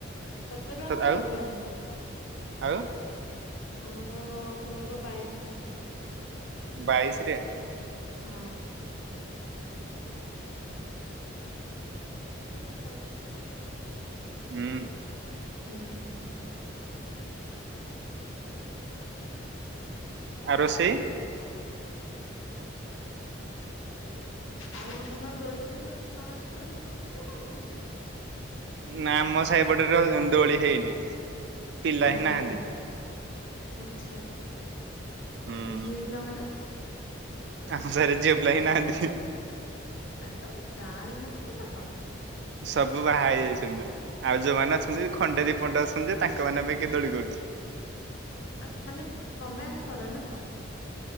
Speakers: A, on the left; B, on the right.
A: ସତର ରେ ଆମର
B: ଆଉ
A: ଖୋଲିବନି।
B: ଆଉ
A: ଆମର ଖୋଲିବ ବାଇଶ ରେ
B: ବାଇଶ ରେ?
A: ହଁ ଆଜି ସ୍କୁଲ ଜାଇଥିଲି ଖା
B: ହୁଁ
A: ହୁଁ କଣ
B: ଆଉ ରୋଷେଇ
A: ଆଉ ତମର ଦୋଳି ଫୋଳି ସବୁ ଛୁଆ ମାନେ ଖେଳା ଖେଳି କରୁଛନ୍ତି ନା କରୁ ନାହାନ୍ତି?
B: ନା ଆମ ସାହିପଟେରେ ଦୋଳି ହେଇନି। ପିଲା
A: ଓ
B: ହିଁ ନାହାନ୍ତି।
A: ହୋ ଆଚ୍ଛା
B: ହୁଁ
A: ଝିଅ ପିଲାମାନେ।
B: ଆମ ସାହିରେ ଝିଅ ପିଲା ହିଁ ନାହାନ୍ତି।
A: ଆରେ ତମ୍ ଗାଁରେ ନଥିଲେ ନା କଣ?
B: ସବୁ ବାହା ହେଇ ଯାଇଚନ୍ତି? ଆଉ ଯୋଉମାନେ ଅଛନ୍ତି ଖଣ୍ଡେ ଦୀପଟ ଅଛନ୍ତି ଯେ ତାଙ୍କ ମାନେ ପାଇଁ କେଏ ଦୋଳି କରୁଚି।
A: ଆତ ମାନେ ତମେ ଆମେ କର ନା କଣ?